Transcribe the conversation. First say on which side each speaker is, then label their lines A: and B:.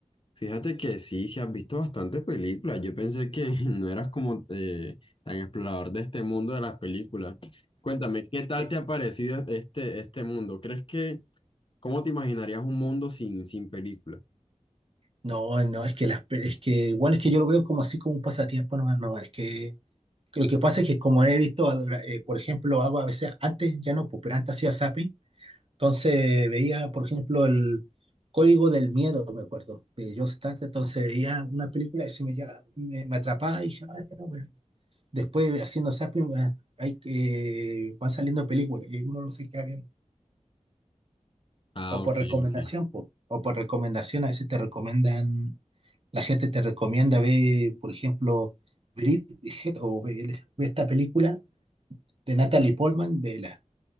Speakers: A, on the left (about 45°); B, on the right (about 50°).
A: fíjate que sí, sí has visto bastantes películas. Yo pensé que <laughs> no eras como eh, tan explorador de este mundo de las películas. Cuéntame, ¿qué tal
B: Eh,
A: te ha parecido este, este mundo? ¿Crees que ¿Cómo te imaginarías un mundo sin, sin películas?
B: No, no, es que las, pe- es que igual es que yo lo veo como así como un pasatiempo, no, no, es que Lo que pasa es que como he visto, adora- eh, por ejemplo, hago a veces, antes ya no, pues, pero antes hacía zapping, entonces veía, por ejemplo, el Código del Miedo, me acuerdo, de John Stott, entonces veía una película y se me, ya- me, me atrapaba y dije, "Ah, ya, bueno". después haciendo zapping ah, hay, que van saliendo películas y uno no se queda viendo,
A: Ah,
B: o
A: ok,
B: por recomendación,
A: ok.
B: po, o por recomendación, a veces te recomiendan, la gente te recomienda ver, por ejemplo, Bridget o ve ve esta película de Natalie Portman, vela.